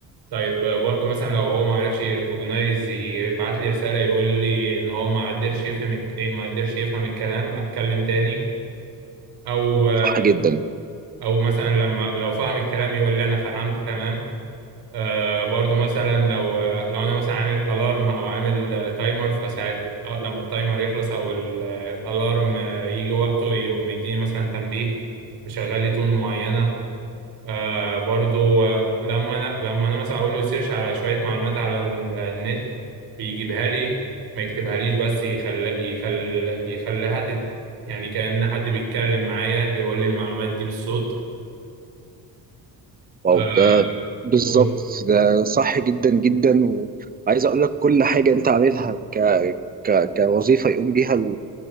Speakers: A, on the right (about 80°); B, on the right (about 25°).
A: طيب برضو مثلا لو هو ما عرفش يريكوجنايز يبعت لي رسالة يقول لي ان هو ما قدرش يفهم الك- إيه، ما قدرش يفهم الكلام اتكلم تاني او
B: صح جدا
A: او مثلا لما لو فهم الكلام يقول لي انا فهمت تمام آه برضو مثلا لو لو انا مثلا عامل الارم او عامل تايمر فساعات آه، لما التايمر يخلص او الالارم يجي وقته يقوم مديني مثلا تنبيه مشغل لي تون معينة آه برضو آه، لما انا لما انا مثلا اقول له سيرش على شويه معلومات على ال- النت بيجيبها لي ما يكتبهاليش بس يخل يخل يخليها تت... يعني كأن حد بيتكلم معايا يقول لي المعلومات دي بالصوت
B: واو
A: آه
B: ده بالظبط
A: قول.
B: ده صح جدا جدا وعايز اقول لك كل حاجه انت عاملها ك ك- كوظيفه يقوم بيها